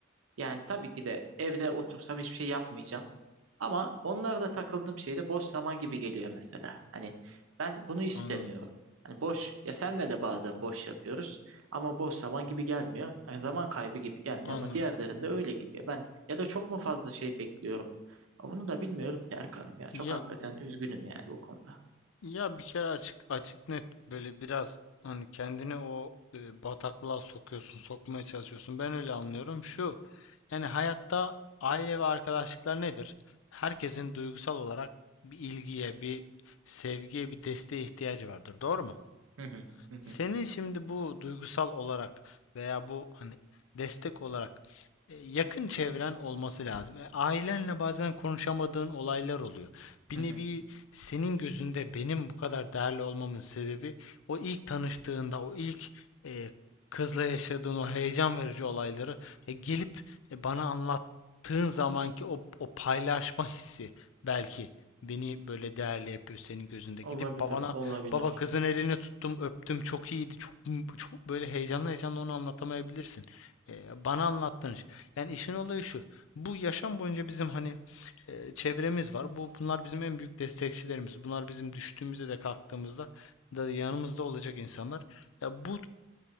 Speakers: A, on the right; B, on the left.
A: yani tabii ki de evde otursam hiçbir şey yapmayacağım. Ama onlarda takıldığım şey de boş zaman gibi geliyor mesela. Hani ben bunu istemiyorum.
B: Anladım.
A: Hani boş, ya senle de bazen boş yapıyoruz ama boş zaman gibi gelmiyor. Yani zaman kaybı gibi gelmiyor
B: Anladım.
A: ama diğerlerinde öyle geliyor. Ben ya da çok mu fazla şey bekliyorum? Ama Bunu da bilmiyorum ki Erkan'ım ya. Çok
B: Ya
A: hakikaten üzgünüm yani bu konuda.
B: Ya bir kere açık açık net böyle biraz hani kendini o e, bataklığa sokuyorsun, sokmaya çalışıyorsun. Ben öyle anlıyorum. Şu yani hayatta aile ve arkadaşlıklar nedir? Herkesin duygusal olarak bir ilgiye, bir sevgiye, bir desteğe ihtiyacı vardır. Doğru mu?
A: Hı hı, hı hı,
B: Senin şimdi bu duygusal olarak veya bu hani destek olarak e, yakın çevren olması lazım. E, Ailenle bazen konuşamadığın olaylar oluyor. Bir
A: hı hı.
B: nevi senin gözünde benim bu kadar değerli olmamın sebebi o ilk tanıştığında, o ilk e, kızla yaşadığın o heyecan verici olayları e, gelip e, bana anlattığın zamanki o, o paylaşma hissi belki beni böyle değerli yapıyor senin gözünde.
A: Olabilir,
B: Gidip babana
A: olabilir.
B: Baba kızın elini tuttum, öptüm. Çok iyiydi. Çok çok böyle heyecanlı heyecanlı onu anlatamayabilirsin. Ee, bana anlattığın iş. Yani işin olayı şu. Bu yaşam boyunca bizim hani e, çevremiz var. Bu bunlar bizim en büyük destekçilerimiz. Bunlar bizim düştüğümüzde de kalktığımızda da yanımızda olacak insanlar. Ya bu